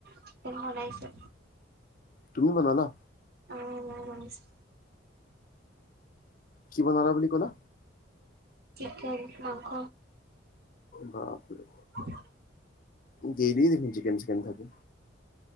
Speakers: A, on the right (about 50°); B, on the left (about 45°).
A: চিকেন বনাইছোঁ।
B: তুমি বনালা?
A: অ মই বনিছো।
B: কি বনালা বুলি ক'লা?
A: চিকেন মাংস।
B: বাপৰে!
A: হয় <inaudible>
B: দেলি দেখোন চিকেন - চিকেন থাকে।